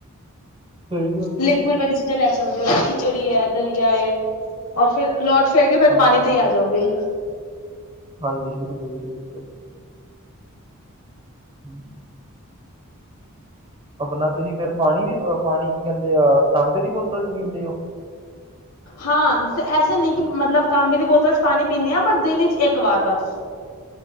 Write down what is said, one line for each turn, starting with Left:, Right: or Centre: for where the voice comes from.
Right: ਸਹੀ ਗੱਲ ਹੈ
Left: ਲਿਕਵਿਡ
Right: ਜੀ
Left: ਵਾਲੀ ਚੀਜ਼ਾਂ ਲੈ ਸਕਦੇ ਹੋ ਰਾਖੀ ਖਿਚੜੀ ਹੈ ਦਲਿਆ ਰ ਫਿਰ ਲੌਟ ਫਿਰ ਕੇ ਫਿਰ
Right: ਹਾਂਜੀ
Left: ਪਾਣੀ ਤੇ ਹੀ ਆ ਜਾਓਗੇ
Right: ਹਾਂਜੀ ਬਿਲਕੁਲ ਜੀ ਬਿਲਕੁਲ <inaudible> ਆਪਣਾ ਤੁਸੀਂ ਫਿਰ ਪਾਣੀ ਦੀ ਪਾਣੀ ਕੀ ਕਹਿੰਦੇ ਆ ਤਾਂਬੇ ਦੀ ਬੋਤਲ ਚ ਪੀਂਦੇ ਹੋ
Left: ਹਾਂ ਐਸੇ ਨਹੀਂ ਕਿ ਮਤਲਬ ਤਾਂ ਮੇ ਦੀ ਬੋਤਲ ਚ ਪਾਣੀ ਪੀਂਦੇ ਹਾਂ ਪਰ ਦਿਨ ਚ ਇੱਕ ਵਾਰ ਬਸ